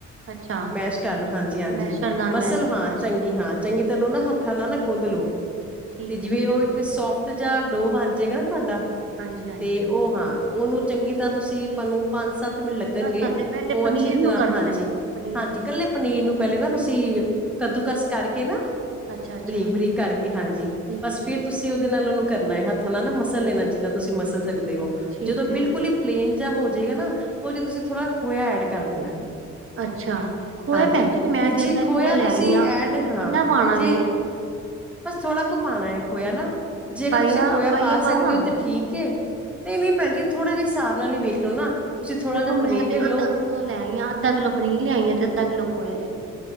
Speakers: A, on the right; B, in the centre.
A: ਅੱਛਾ
B: ਮੈਸ਼ ਕਰ ਲੋ, ਹਾਂਜੀ ਹਾਂਜੀ
A: ਮੈਸ਼ਰ ਨਾਲ
B: ਮਸਲ
A: ਮੈਚ ਮੈਸ਼
B: ਹਾਂ ਚੰਗੀ
A: ਕਰ ਲਏ
B: ਹਾਂ ਚੰਗੀ ਤੈਨੂੰ ਨਾ ਹੱ ਹੱਥਾਂ ਨਾਲ ਨਾ ਗੁੰਦ ਲੋ,
A: ਠੀਕ
B: ਤੇ ਜਿਵੇਂ
A: ਹੈ ਠੀਕ
B: ਔਹ ਇੱਕ
A: ਹੈ
B: ਸੋਫਟ ਜਹਾ ਡੋ ਬਣ ਜਾਗਾ ਨਾ ਤੁਹਾਡਾ
A: ਹਾਂਜੀ ਹਾਂਜੀ
B: ਤੇ ਔਹ, ਹਾਂ ਔਹ ਨੂੰ ਚੰਗੀ ਤਰ੍ਹਾਂ ਤੁਸੀਂ ਆਪ ਨੂੰ ਪੰਜ ਸੱਤ ਮਨ ਲੱਗਣਗੇ
A: ਬਸ ਹਲੇ ਪਹਿਲੇ
B: ਉਹ
A: ਪਨੀਰ
B: ਅੱਛੀ
A: ਨੂੰ
B: ਤਰ੍ਹਾਂ
A: ਕਰਨਾ
B: ਹਾਂਜੀ
A: ਹੈ, ਪਨੀਰ
B: ਹਾਂਜੀ
A: ਨੂੰ
B: ਇਕੱਲੇ ਪਨੀਰ ਨੂੰ ਪਹਿਲੇ ਨਾ ਤੁਸੀਂ ਕੱਦੂ ਕਸ ਕਰਕੇ ਨਾ
A: ਅੱਛਾ ਅੱਛਾ
B: ਬਰੀਕ ਬਰੀਕ ਕਰਕੇ ਹਾਂਜੀ
A: ਠੀਕ
B: ਬਸ
A: ਹੈ ਠੀਕ
B: ਫੇਰ ਤੁਸੀਂ
A: ਹੈ
B: ਉਹਦੇ ਨਾਲ ਉਹਨੂੰ ਕਰਨਾਏ ਹੱਥਾਂ ਨਾਲ ਨਾ ਮਸਲ ਲੈਣਾ ਜਿੰਨਾ ਤੁਸੀਂ ਮਸਲ ਸਕਦੇ ਦੇੋ
A: ਠੀਕ
B: ਜਦੋਂ
A: ਹੈ
B: ਬਿਲਕੁਲ ਹੀ ਪਲੇਨ ਜਿਹਾ ਹੋ ਜਾਏਗਾ ਨਾ ਉਹ ਚ ਤੁਸੀਂ ਥੋੜ੍ਹਾ ਖੋਇਆ ਐਡ ਕਰ ਦੇਣਾ
A: ਅੱਛਾ ਖੋਇਆ
B: ਹਾਂਜੀ
A: ਭੈਣ ਜੀ ਮੈਂ
B: ਤੇ ਜੇ
A: ਅੱਧਾ
B: ਖੋਇਆ
A: ਕਿੱਲੋ ਲੈ
B: ਤੁਸੀਂ
A: ਆਈ ਆ ਕਿੰਨਾ
B: ਐਡ ਹਾਂ
A: ਪਾਣਾ
B: ਜੇ
A: ਵੇ
B: ਬਸ ਥੋੜ੍ਹਾ ਕੁ ਪਾਉਣਾ ਹੈ ਖੋਇਆ ਨਾ ਜੇ ਅਗਰ
A: ਪਾਈਆ
B: ਤੁਸੀਂ ਖੋਇਆ
A: ਪਾਈਆ
B: ਪਾ ਸਕਦੇ
A: ਦਾ
B: ਹੋ ਤਾਂ ਠੀਕ ਹੈ ਨਹੀਂ ਨਹੀਂ ਭੈਣ ਜੀ ਥੋੜ੍ਹਾ ਜਿਹੇ ਹਿਸਾਬ ਨਾਲ ਹੀ ਵੇਖ ਲੋ ਨਾ ਥੋੜਾ
A: ਦੇਖੋ
B: ਜਿਹਾ
A: ਮੈਂ
B: ਪਨੀਰ
A: ਤੇ
B: ਲੈ ਲੋ
A: ਅੱਧਾ ਕਿੱਲੋ ਲੈਈ ਆ ਅੱਧਾ ਕਿੱਲੋ ਪਨੀਰ ਲਿਆਈ ਆ ਤੇ ਅੱਧਾ ਕਿੱਲੋ ਖੋਇਆ ਲਿਆਈਾਂ